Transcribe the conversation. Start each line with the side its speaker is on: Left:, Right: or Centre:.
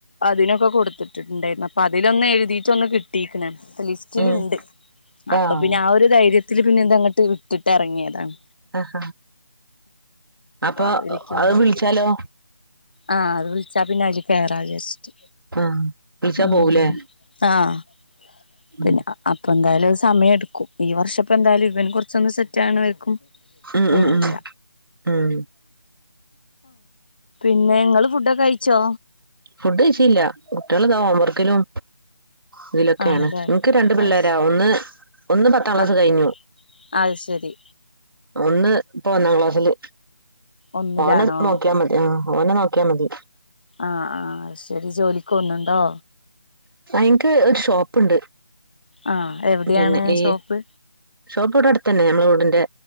Left: അതിനൊക്കെ കൊടുത്തിട്ട്ണ്ടേരുന്നു. അപ്പൊ അതിലൊന്ന് എഴുതിയിട്ട് ഒന്ന് കിട്ടിക്ക് ണ്‌ ത്ത ലിസ്റ്റില്ണ്ട്
Right: ഉം
Left: അപ്പൊ
Right: ആഹ്
Left: പിന്നെ ആ ഒരു ധൈര്യ ത്തില് പിന്നെ ഇത് അങ്ങട്ട് വിട്ടിട്ട് എറങ്ങിയതാണ്.
Right: അഹ അപ്പൊ
Left: അത് വിളിക്കുമ്പോ
Right: അഅ് വിൾച്ചാലോ?
Left: ആഹ് അത് വിൾച്ചാ പിന്നെ അയില് കേറാ വിചാര്ച്ച്ട്ട്
Right: ആഹ് വിളിച്ചാ
Left: ഉം.
Right: പോവൂലേ
Left: ആഹ്.
Right: ഉം
Left: പിന്നെ അ എന്തായാലൊരു സമയടു ഈ വർഷപ്പൊ എന്തായാലും ഇവൻ കൊർച്ചൊന്നു സെറ്റാവണ വരേക്കും
Right: ഉം
Left: പോവൂല.
Right: ഉം ഉം ഉം
Left: പിന്ന ങ്ങള് ഫുഡൊക്കെ കഴിച്ചോ?
Right: ഫുഡ് കഴിച്ചില്ല കുട്ടിയള്താ ഹോംവർക്കിലും ഇതിലൊക്കേണ്
Left: ആണല്ലേ
Right: ഇൻക്ക് രണ്ട് പിള്ളേരാ
Left: അത് ശ
Right: ഒന്ന് ഒന്ന് പത്താം ക്ലാസ്
Left: ആഹ്
Right: കഴിഞ്ഞു.
Left: അത് ശരി
Right: ഒന്ന് ഇപ്പൊ ഒന്നാം ക്ലാസ്സില്.
Left: ഒന്നിലാണോ
Right: മോനെ നോക്കിയാ മതി ആഹ്. ഓനെ നോക്കിയാ മതി.
Left: ആഹ് ആഹ് ശരി ജോലിക്ക് ഓ ന്നുണ്ടോ?
Right: ഇൻക്ക് ഒരു ഷോപ്പ്ണ്ട്.
Left: ആഹ് എവിടെയാണ്
Right: പിന്നെ ഈ
Left: ഷോപ്പ്
Right: ഷോപ്പ് ഇവ്ടെ അടുത്തന്നെ ഞമ്മളെ വീടിന്റെ